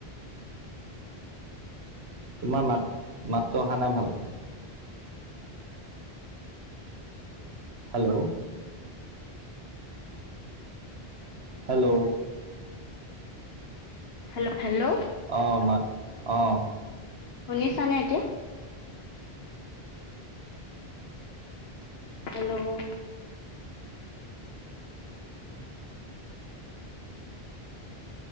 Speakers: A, on the right; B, on the left.
A: তোমাৰ মাত মাতটো অহা নাই ভালকে। হেল্ল'। হেল্ল'।
B: Hello, hello.
A: আহ মা আহ
B: শনিছ নে এতিয়া হেল্ল'